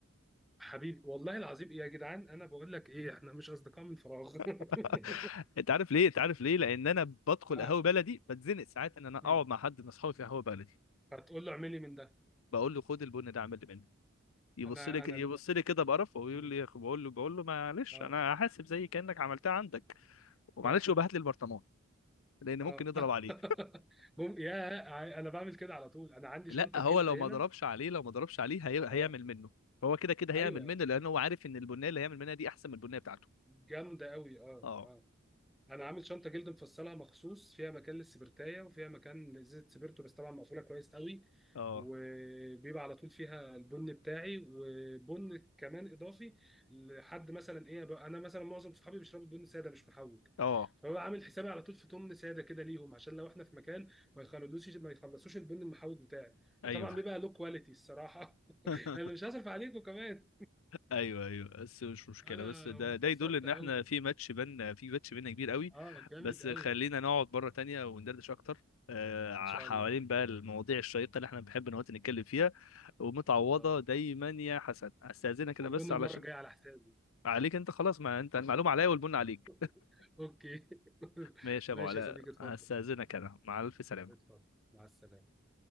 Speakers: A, in the centre; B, on the left (about 70°).
A: حبيبي والله العظيم إيه يا جدعان انا بقول لك ايه احنا مش اصدقاء من فراغ
B: <laughs>
A: <laughs>
B: انت عارف ليه انت عارف ليه لان انا بدخل
A: اه
B: قهوه بلدي بتزنق ساعات ان انا اقعد
A: مم.
B: مع حد من اصحابي في قهوه بلدي
A: هتقول له اعملي من ده
B: بقول له خد البن ده اعمل لي منه يبص
A: انا
B: لي ك-
A: انا
B: يبص لي كده بقرفه ويقول
A: مم.
B: لي بقول له بقول له معلش
A: اه
B: انا هحاسب زي كانك عملتها عندك ومعلش
A: صح
B: وبهات لي البرطمان لان ممكن
A: اه
B: يضرب عليه
A: <laughs> مم... يا ع- انا بعمل كده على طول انا عندي
B: لا
A: شنطه
B: هو
A: جلد
B: لو
A: هنا
B: ما ضربش عليه لو ما ضربش عليه هي... هيعمل
A: اه
B: منه هو كده كده هيعمل
A: ايوه
B: منه لان هو عارف ان البنيه اللي هيعمل منها دي احسن من البنيه بتاعته
A: جامده قوي اه
B: اه
A: اه انا عامل شنطه جلد مفصله مخصوص فيها مكان للسبرتايه وفيها مكان لازازه سبرتو بس طبعا مقفوله كويس قوي
B: اه
A: وبيبقى على طول فيها البن بتاعي وبن كمان اضافي لحد مثلا ايه بقى انا مثلا معظم صحابي بيشربوا بن ساده مش محوج
B: اه
A: فببقى عامل حسابي على طول في تمن ساده كده ليهم عشان لو احنا في مكان ما يخلصوش ما يخلصوش البن المحوج بتاعي
B: ايوه
A: وطبعا بيبقى له كواليتي الصراحه
B: <laughs>
A: <laughs> انا مش هصرف عليكم كمان
B: ايوه ايوه بس مش مشكله
A: انا
B: بس ده
A: انبسطت
B: ده يدل ان
A: قوي
B: احنا في ماتش بينا في ماتش بينا كبير قوي
A: اه جامد
B: بس خلينا
A: قوي
B: نقعد مره تانية وندردش اكتر آه،
A: ان شاء
B: حوالين
A: الله
B: بقى المواضيع الشيقه اللي احنا بنحب نقعد نتكلم فيها ومتعوضه
A: ان شاء الله
B: دايما يا حسن استاذنك انا
A: والبن
B: بس
A: المره
B: علشان
A: الجايه على حسابي
B: عليك انت خلاص ما انت المعلومه عليا
A: آه.
B: والبن عليك
A: <laughs> اوكي <laughs>
B: ماشي
A: ماشي
B: يا ابو علاء
A: يا صديقي اتفضل
B: استاذنك انا مع الف سلامه
A: اتفضل مع السلامه